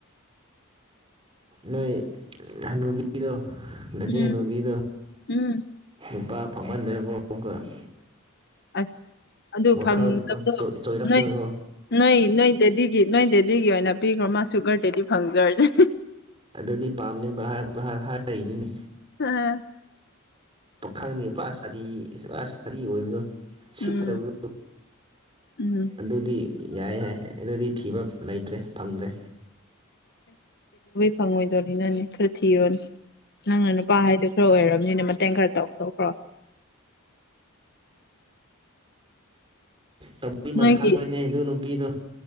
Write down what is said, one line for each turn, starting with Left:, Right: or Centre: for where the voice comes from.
Right: ꯅꯣꯏ ꯍꯅꯨꯕꯤꯗꯣ ꯅꯆꯦ
Left: ꯎꯝ
Right: ꯍꯅꯨꯕꯤꯗꯣ
Left: ꯎꯝ
Right: ꯅꯨꯄꯥ ꯐꯪꯃꯟꯗꯦꯕꯣ ꯑꯃꯨꯛꯀ <unintelligible>
Left: ꯑꯁ ꯑꯗꯨ
Right: ꯋꯥꯈꯜꯗꯣ
Left: ꯐꯪꯗꯕꯗꯣ
Right: ꯆꯣꯏꯔꯛꯇꯅꯀꯣ
Left: ꯅꯣꯏ ꯅꯣꯏ ꯅꯣꯏ ꯗꯦꯗꯤꯒꯤ ꯅꯣꯏ ꯗꯦꯗꯤ ꯗꯤꯒꯤ ꯑꯣꯏꯅ ꯄꯤꯈ꯭ꯔꯣ ꯃꯥ ꯁꯨꯒ꯭ꯔ ꯗꯦꯗꯤ ꯐꯪꯖꯔꯖꯅꯤ
Right: ꯑꯗꯨꯗꯤ ꯄꯥꯝꯗꯦ ꯑꯃꯨꯛꯀ ꯍꯥꯏꯔꯛꯄ ꯍꯥꯏ ꯍꯥꯏꯔꯤꯅꯤꯅꯦ
Left: ꯑꯥ
Right: ꯄꯥꯈꯪ ꯅꯤꯄꯥ ꯁꯥꯔꯤ ꯄꯨꯔꯥ ꯁꯥꯔꯤ ꯑꯣꯏꯕꯗꯣ ꯁꯤꯠꯇ꯭ꯔꯕꯗꯣ
Left: ꯎꯝ ꯎꯝ
Right: ꯑꯗꯨꯗꯤ ꯌꯥꯏ ꯍꯥꯏ ꯑꯗꯨꯗꯤ ꯊꯤꯕ ꯂꯩꯇ꯭ꯔꯦ ꯐꯪꯗ꯭ꯔꯦ
Left: ꯐꯪꯉꯣꯏꯗꯣꯔꯤꯅꯅꯦ ꯈꯔ ꯊꯤꯔꯣꯅꯦ ꯅꯪꯅ ꯅꯨꯄꯥ ꯍꯥꯏꯗꯣ ꯈꯔ ꯑꯣꯏꯔ ꯅꯤꯅꯦ ꯃꯇꯦꯡ ꯈꯔ ꯇꯧ ꯊꯣꯛꯈ꯭ꯔꯣ
Right: ꯇꯧꯕꯤꯃꯟ
Left: ꯅꯣꯏꯒꯤ
Right: ꯈꯪꯉꯣꯏꯅꯦ ꯑꯗꯨ ꯅꯨꯄꯤꯗꯣ